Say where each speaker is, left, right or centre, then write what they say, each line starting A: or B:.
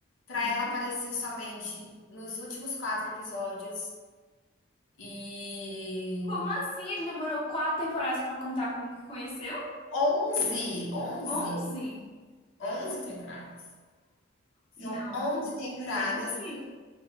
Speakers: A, on the left; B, on the left.
A: para
B: Meu
A: ela aparecer
B: Deus.
A: somente nos últimos quatro episódios. E
B: Como assim? Ele demorou quatro temporadas pra contar como que conheceu?
A: 11, 11,
B: Onze?
A: 11 temporadas. São
B: Não.
A: 11 temporadas
B: Gente.